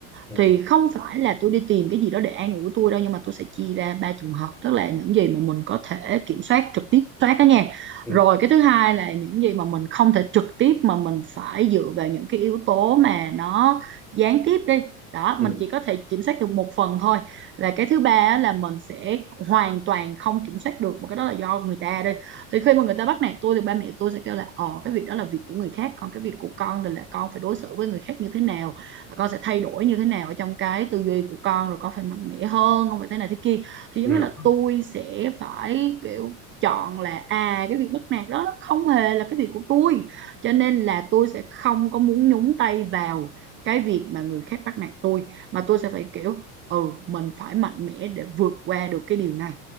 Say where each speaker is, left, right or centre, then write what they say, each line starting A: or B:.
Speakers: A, in the centre; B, on the right (about 25°).
A: ừ,
B: thì không phải là tôi đi tìm cái gì đó để an ủi tôi đâu nhưng mà tôi sẽ chia ra ba trường hợp tức là những gì mà mình có thể kiểm soát trực tiếp soát đó nha
A: ừ,
B: rồi cái thứ hai là những gì mà mình không thể trực tiếp mà mình phải dựa vào những cái yếu tố mà nó gián tiếp đi đó
A: ừ,
B: mình chỉ có thể kiểm soát được một phần thôi là cái thứ ba á, là mình sẽ hoàn toàn không kiểm soát được mà cái đó là do người ta đi thì khi mà người ta bắt nạt tôi thì ba mẹ tôi sẽ kêu là ờ cái việc đó là việc của người khác còn cái việc của con thì là con phải đối xử với người khác như thế nào con sẽ thay đổi như thế nào ở trong cái tư duy của con rồi con phải mạnh mẽ hơn không phải thế này thế kia thì
A: ừ,
B: giống như là tôi sẽ phải kiểu chọn là à cái việc bắt nạt đó nó không hề là cái việc của tôi cho nên là tôi sẽ không có muốn nhúng tay vào cái việc mà người khác bắt nạt tôi mà tôi sẽ phải kiểu ừ mình phải mạnh mẽ để vượt qua được cái điều này